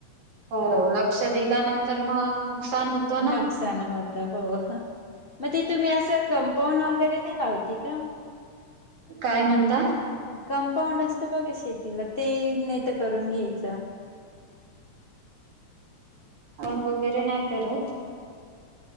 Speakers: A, on the right (about 80°); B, on the left (about 45°).
A: हो लंक्ष दिलं नाहीं तरं मंग नुकसांन होतं ना.
B: नुकसांन होतं हो मंग ते तुंम्ही असं की कंपाउंड वगैरें नाहीं लावती कां
A: कायं म्हणतांत
B: कंपाऊंड असतं बघां शेतीलां ते नाहीं तरं करूंन घ्यायचं
A: कंपाउंड वगैरें नाहीं करतं